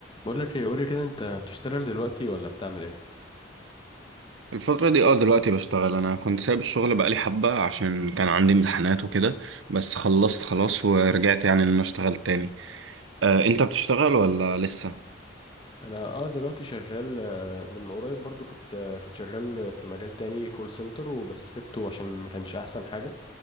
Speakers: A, on the left; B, on the right.
A: بقول لك ايه قولي كده انت بتشتغل دلوقتي ولا بتعمل ايه
B: الفترة دي اه دلوقتي بشتغل انا كنت سايب الشغل بقالي حبة عشان كان عندي امتحانات وكده بس خلصت خلاص ورجعت يعني ان انا اشتغل تاني آه انت بتشتغل ولا لسه؟
A: انا اه دلوقتي شغال آه، من قريب برضو كنت آه، كنت شغال في مجال تاني كول سنتر وبس سبته عشان ما كانش احسن حاجه